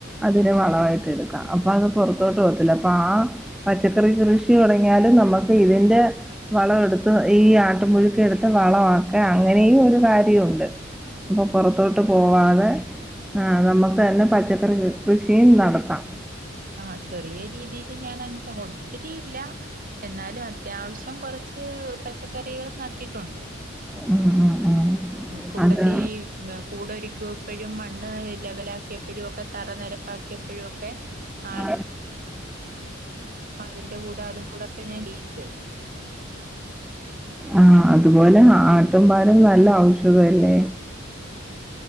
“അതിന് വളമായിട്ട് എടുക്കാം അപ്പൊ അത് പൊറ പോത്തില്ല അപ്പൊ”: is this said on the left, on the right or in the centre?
Centre